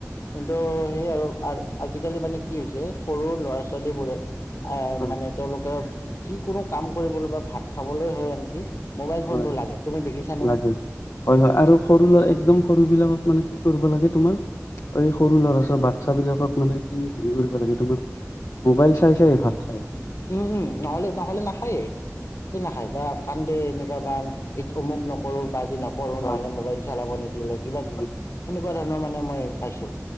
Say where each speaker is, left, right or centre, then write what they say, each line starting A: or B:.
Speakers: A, on the left; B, on the left.
A: এইটো সেই আৰু আৰু আজিকালি মানে কি হৈছে সৰু ল'ৰা ছোৱালীবোৰে আ
B: হয়,
A: মানে তেওঁলোকে যিকোনো কাম কৰিবলৈ বা ভাত খাবলৈ হৈ আনকি মোবাইল
B: হয়
A: ফোনটো লাগে তুমি দেখিছানে
B: লাগে হয় হয় আৰু সৰু ল একদম সৰু বিলাকক মানে কি কৰিব লাগে তোমাৰ এই সৰু ল'ৰা ছৰ বাচ্ছ বিলাকক মানে কি হেৰি কৰিব লাগে তোমাৰ মোবাইল চাই চাই ভাত খাই
A: উম উম নহ'লে নহ'লে নাখায়ে স নাখায় বা কান্দে এনেক কেতিয়াবা অমুক নকৰো বা আজি নপঢ়ো
B: হয়
A: নহ'লে মোবাইল চলাব নিদিলে কিবা কিবি
B: হয়
A: সেনেকুৱা ধৰণৰ মানে মই। পাইছোঁ